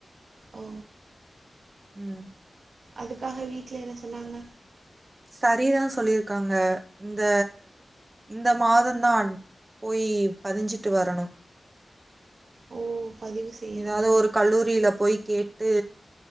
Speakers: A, on the right; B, on the right.
A: ஓ
B: உம்
A: அதுக்காக வீட்ல என்ன சொன்னாங்க
B: சரிதா சொல்லிருக்காங்க இந்த இந்த மாதந்தான் போயி பதிஞ்சிட்டு வரணு
A: ஓ பதிவு செய்யணுமா
B: எதாவது ஒரு கல்லூரில போய் கேட் டு